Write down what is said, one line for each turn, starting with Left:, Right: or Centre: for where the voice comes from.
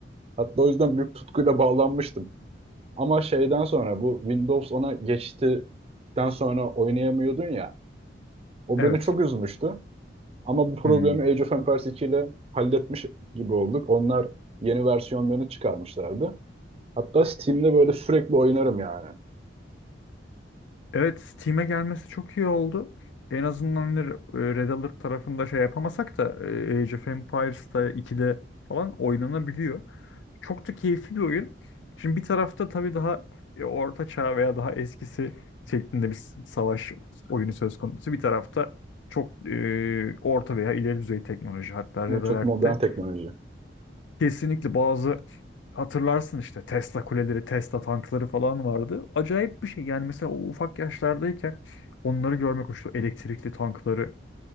Right: Hatta o yüzden büyük tutkuyla bağlanmıştım. Ama şeyden sonra bu Windows 10'a geçtikten sonra oynayamıyordun ya. O
Left: Evet.
Right: beni çok üzmüştü. Ama bu problemi
Left: Hmm.
Right: Age of Empires 2 ile halletmiş gibi olduk. Onlar yeni versiyonlarını çıkarmışlardı. Hatta Steam'de böyle sürekli oynarım yani.
Left: Evet Steam'e gelmesi çok iyi oldu. En azından hani e, Red Alert tarafında şey yapamasak da e, Age of Empires'ta 2'de falan oynanabiliyor. Çok da keyifli bir oyun. Şimdi bir tarafta tabii daha e, orta çağ veya daha eskisi şeklinde bir s- savaş oyunu söz konusu. Bir tarafta çok e, orta veya ileri düzey teknoloji. Hatta
Right: Ne
Left: Red
Right: çok
Left: Alert'te
Right: modern teknoloji.
Left: Kesinlikle bazı hatırlarsın işte Tesla kuleleri, Tesla tankları falan vardı. Acayip bir şey. Yani mesela o ufak yaşlardayken onları görmek hoştu. Elektrikli tankları,